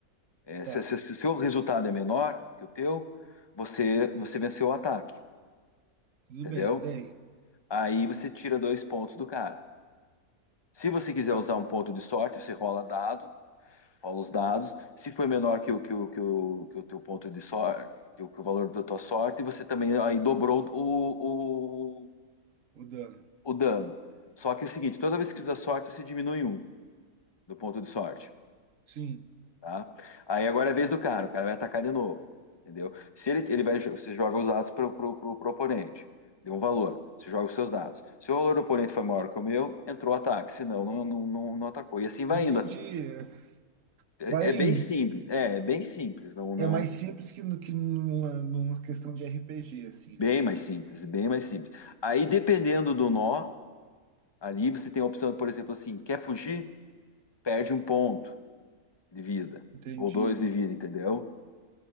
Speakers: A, on the left; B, on the right.
A: é,
B: tá,
A: se, se, se o seu resultado é menor que o teu, você, você venceu o ataque,
B: tudo
A: entendeu?
B: bem. E daí?
A: Aí você tira dois pontos do cara. Se você quiser
B: Tá,
A: usar um ponto de sorte, você rola dado rola os dados. Se foi menor que o, que o, que o, que o teu ponto de sorte, que o, que o valor da tua sorte, você também aí dobrou o, o,
B: o dano.
A: o dano. Só que é o seguinte, toda vez que usar sorte, você diminui um do ponto de sorte,
B: Sim,
A: tá? Aí agora é a vez do cara, o cara vai atacar de novo, entendeu? Se ele, ele vai, você joga os dados para o pro, pro, pro oponente, deu um valor, você joga os seus dados. Se o valor do oponente foi maior que o meu, entrou o ataque, senão não, não, não, não atacou. E assim vai
B: entendi.
A: indo. É,
B: Vai
A: é bem
B: indo.
A: simples, é, é bem simples, não, não,
B: É mais simples que, no, que numa, numa questão de RPG, assim,
A: Bem
B: né?
A: mais simples, bem mais simples. Aí, dependendo do nó, ali você tem a opção, por exemplo, assim, quer fugir? Perde um ponto de vida,
B: Entendi,
A: ou dois de vida, entendeu?